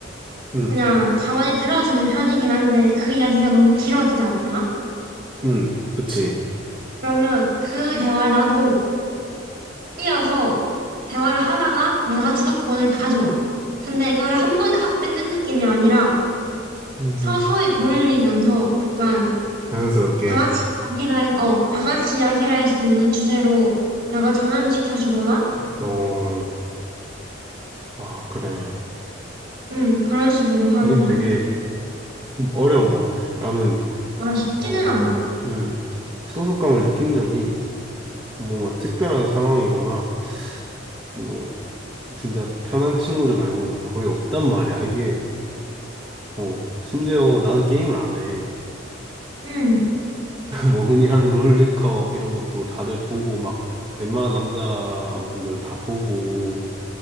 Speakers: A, on the right; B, on the right.
A: 응,
B: 그냥 가만히 들어주는 편이긴 한데 그 이야기가 너무 길어지지 않아?
A: 응, 그치.
B: 그러면 그 대화에 나도 끼어서 대화를 하다가 내가 주도권을 가져와. 근데 이거를 한 번에 확 뺏는 느낌이 아니라
A: 음.
B: 서서히 돌리면서 약간
A: 자연스럽게.
B: 다 같이 이야기를, 할- 어, 다 같이 이야기를 할 수 있는 주제로 내가 전환 시켜주거나,
A: 어, 아, 그래.
B: 음, 그런 식으로 하는
A: 그게
B: 것
A: 되게
B: 같아.
A: 어려운 것 같아. 나는,
B: 와, 음, 쉽지는
A: 어,
B: 않아.
A: 음, 소속감을 느낀 적이 뭔가 특별한 상황이거나, 뭐, 진짜 편한 친구들 말고는 거의 없단 말이야. 이게, 어, 심지어 나는 게임을 안 해.
B: 음,
A: 뭐 흔히 하는 롤드컵 이런 것도 다들 보고 막 웬만한 남자분들은 다 보고